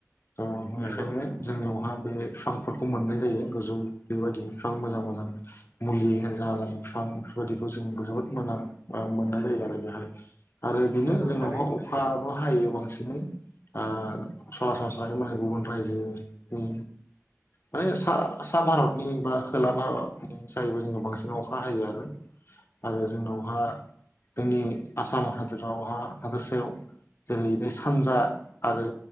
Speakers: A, on the left; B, on the right.
A: थ बेखायनो
B: नंगौ
A: जोंनियावहा बे बिफांफोरखौ मोननाय जायो गोजौ बेबायदि बिफां मोजां मोजां मुलि जालां बिफां बेफोरबायदिखौ जों जोबोद मोजां मोननाय जायो आरो बेहाय आरो बिदिनो
B: नंगौ
A: जोंनाव
B: थारैनो
A: अखाबो हायो बांसिनै आ सरासनस्रायै मालाय गुबुन रायजोनि माने सा- सा भारतनि बा खोला भारतनि जायोबो जोंङो बांसिन अखा हायो। आरो आरो जोंनावहा जोंनि आसाम हादोरावहा हादोरसायाव जेरै बे सानजा आरो